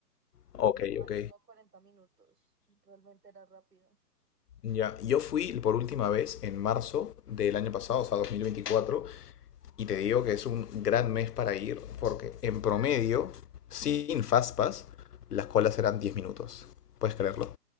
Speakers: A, on the left; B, on the right.
A: Ok,
B: máximo
A: ok.
B: 40 minutos. Realmente era rápido.
A: Ya, yo fui por última vez en marzo del año pasado, o sea, 2024 y te digo que es un gran mes para ir, porque en promedio, sin Fast Pass, las colas eran 10 minutos. ¿Puedes
B: ¿Sí?
A: creerlo?